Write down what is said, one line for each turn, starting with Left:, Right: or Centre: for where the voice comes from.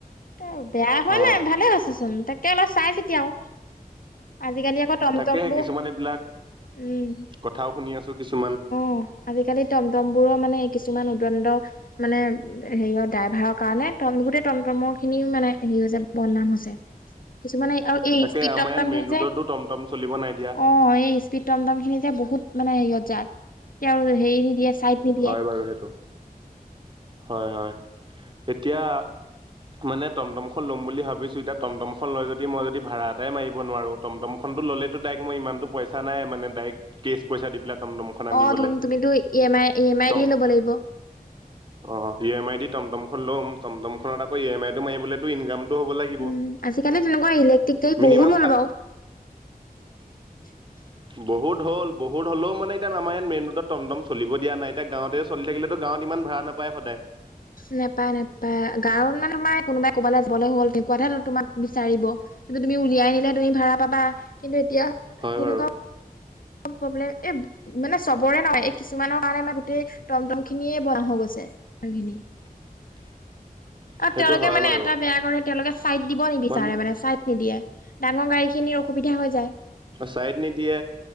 Left: ত' বেয়া হোৱা
Right: অ
Left: নাই, ভালে হৈছে চোন, তাক অলপ চাই চিতি আও, আজিকালি আকৌ টমটম
Right: তাকে
Left: বোৰ
Right: কিছুমান এইবিলাক
Left: উম
Right: কথাও শুনি আছোঁ কিছুমান
Left: অ', আজিকালি টমটম বোৰৰ মানে কিছুমান উদণ্ড মানে হেৰিয় ড্ৰাইভাৰৰ কাৰণে গোটেই টমটমৰ খিনি মানে হেৰি হৈছে বদনাম হৈছে কিছুমানে আৰু এই
Right: তাকে
Left: স্পীড
Right: আমাৰ
Left: টমটম
Right: ইয়াত মেইন
Left: খিনি যে
Right: ৰোডতো টমটম চলিব নাই দিয়া
Left: অ' এই স্পীড টমটম খিনি যে বহুত মানে হেৰিয়ত যায় তেওঁ হেৰি নিদিয়ে চাইড নিদিয়ে
Right: হয় বাৰু সেইটো হয়, হয়, এতিয়া মানে টমটম খন ল'ম বুলি ভাবিছোঁ, এতিয়া টমটম খন লৈ যদি মই যদি ভাড়া এটাই মাৰিব নোৱাৰোঁ টমটম খনটো ল'লেতো ডাইৰেক্ট মই ইমানটো পইচা নাইানে ডাইৰেক্ট কেচ পইচা দি পেলাই টমটমখন আনিবলৈ
Left: অ', তুমিতো E M I, E M I
Right: টম
Left: দি ল'ব লাগিব
Right: অ', ই এম আই দি টমটমখন ল'ম টমটম খনত আকৌ ই এম আই টো মাৰিবলৈ ইনকামটো হ'ব লাগিব
Left: উম আজিকালি তেনেকুৱা ইলেক্ট্ৰিক গাড়ী
Right: মিনিমাম
Left: বহুত হ'ল বাৰু <inaudible>
Right: বহুত হ'ল বহুত হলেও মানে এতিয়াও আমাৰ ইয়াত মেইন ৰোড টমটম চলিব দিয়া নাই এতিয়া গাঁৱতে চলি থাকিলেতো গাঁৱত ইমান ভাড়া না পায় সদায়
Left: নাপায়, নাপায়, গাঁৱত মানে তোমাৰ কোনোবাই ক'বালৈ গলে হ'ল তেনেকুৱাতহে তোমাক বিচাৰিব কিন্তু তুমি উলিয়াই নিলে তুমি ভাড়া পাবা কিন্তু এতিয়া
Right: হয়
Left: তেনেকুৱা
Right: বাৰু
Left: প্ৰব্লেম এই মানে চবৰে নহয় এই কিছুমানৰ কাৰণে মানে গোটেই টমটম খিনিয়ে বন্ধ হৈ গৈছে <inaudible>
Right: <inaudible>
Left: অ',
Right: সেইটো
Left: তেওঁলোকে
Right: হয়
Left: মানে
Right: বাৰু
Left: এটা বেয়া কৰে তেওঁলোকে চাইড দিব নিবিচাৰে
Right: ইমান
Left: মানে চাইট নিদিয়ে ডাঙৰ গাড়ীখিনিৰ অসুবিধা হৈ যায়।
Right: ছাইড নিদিয়ে